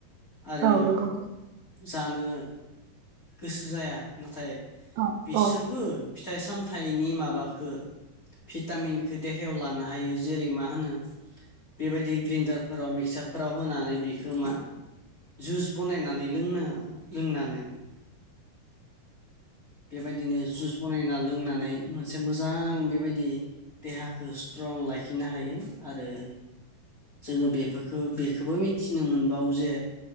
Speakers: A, on the left; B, on the right.
A: आरो
B: औ नंगौ
A: जानो गोसो जाया नाथाय
B: औ
A: बिसोरबो
B: औ
A: फिथाइ सामथाइनि माबाखो भिटामिनखौ देहायाव लानो हायो जेरै मा होनो बेबायदि ग्रेन्न्दारफोराव मिक्सारफोराव होनानै बेखौ मा जुस बनायना नै लोङो लोंनानै बेबायदिनो जुस बनायना लोंनानै मोनसे मोजां बेबायदि देहाखौ स्ट्रं लाखिनो हायो आरो जोङो बेफोरखौ बेखौबो मिथिनो मोनबावो जे